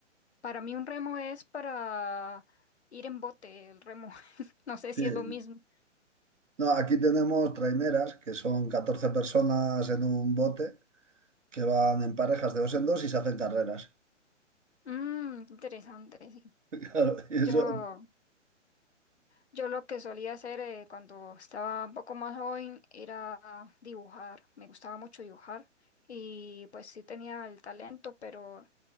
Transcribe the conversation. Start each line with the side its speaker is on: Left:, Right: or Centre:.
Left: para mí un remo es para ir en bote, el remo. <laughs> No sé si
Right: Sí.
Left: es lo mismo.
Right: No, aquí tenemos traineras, que son 14 personas en un bote, que van en parejas de dos en dos y se hacen carreras.
Left: Mm, interesante, sí.
Right: <laughs> Claro, y eso,
Left: Yo, yo lo que solía hacer eh, cuando estaba un poco más joven era dibujar. Me gustaba mucho dibujar y pues sí tenía el talento, pero